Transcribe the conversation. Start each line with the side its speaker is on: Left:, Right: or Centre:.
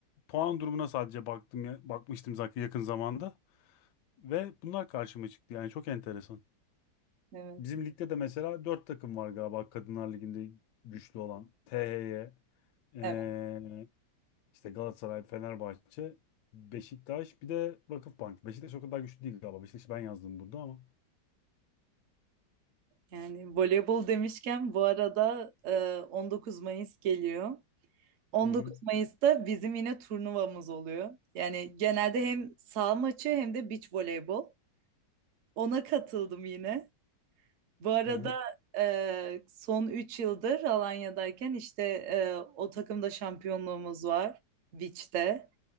Left: Puan durumuna sadece baktım ya, bakmıştım zaten yakın zamanda ve bunlar karşıma çıktı. Yani çok enteresan.
Right: Evet.
Left: Bizim ligde de mesela dört takım var galiba Kadınlar Ligi'nde güçlü olan. THY,
Right: Evet.
Left: İşte Galatasaray, Fenerbahçe, Beşiktaş bir de Vakıfbank. Beşiktaş o kadar güçlü değil galiba. Beşiktaş'ı ben yazdım burada ama.
Right: Yani voleybol demişken bu arada e, 19 Mayıs geliyor. 19
Left: Hı hı,
Right: Mayıs'ta bizim yine turnuvamız oluyor. Yani genelde hem saha maçı hem de beach voleybol. Ona katıldım yine. Bu arada
Left: hı hı.
Right: e, son 3 yıldır Alanya'dayken işte e, o takımda şampiyonluğumuz var beach'te.